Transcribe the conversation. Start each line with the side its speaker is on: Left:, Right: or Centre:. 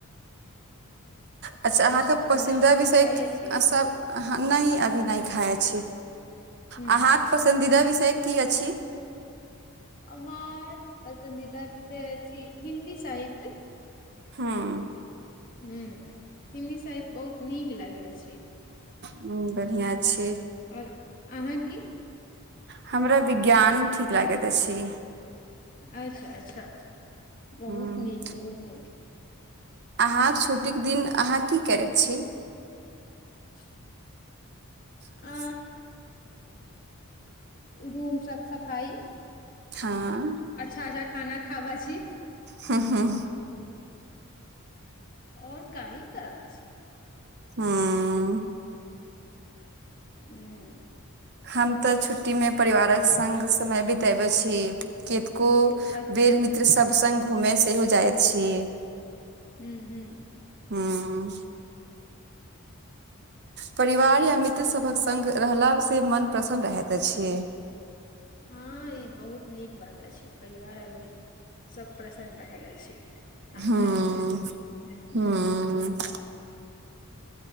Right: अच्छा अहाँके
Left: और सब खाना
Right: पंसीदा
Left: वाना
Right: विषय
Left: खाइ अछि
Right: सब नहि अभी नहि खाइ छी
Left: हूँ
Right: अहाँके पसन्दीदा विषय की अछि
Left: हमर पसन्दीदा विषय अछि हिन्दी सहित्य
Right: हूं
Left: हू हिन्दी साहित्य बहुत नीक लागै अछि
Right: हूं बढ़िआँ छै
Left: आओर अहाँ की
Right: हमरा विज्ञान ठीक लागति अछि
Left: अच्छा अच्छा बहुत
Right: हँ
Left: नीक बहुत नीक
Right: अहाँक छुट्टीक दिन अहाँ की करै छी
Left: <unintelligible>
Right: ह
Left: आ रूम साफ सफाइ
Right: हां
Left: अच्छा अच्छा खाना खावै छी
Right: हूं हूं
Left: आओर कहि कयले छी
Right: हँ
Left: हूँ
Right: हम तऽ छुट्टी मे परिवारक संग समय बी ताबै छी केतको
Left: अच्छा
Right: बेर
Left: अच्छा
Right: मित्र सब संग घूमे सेहो जायत छी
Left: हूं हूं
Right: हूं परिवार या सबक संग रहला से मन प्रसन्न रहति अछि
Left: हँ ई बहुत नीक बात अछि परिवार आओर मित्र सब प्रसन्न रहलऽ अछि साथ
Right: हँ
Left: मे रहलाऽ से हूं
Right: हँ